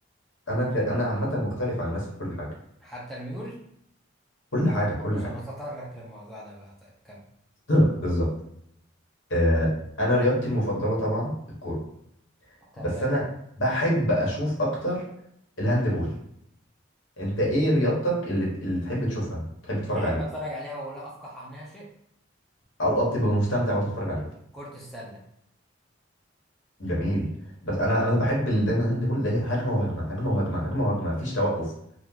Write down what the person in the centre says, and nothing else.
حتى الميول
مش
هنتطرق للموضوع ده بقى طيب كم
تمام
اللي احب
اتفرج عليها ولا افقه عنها شيء
كرة السلة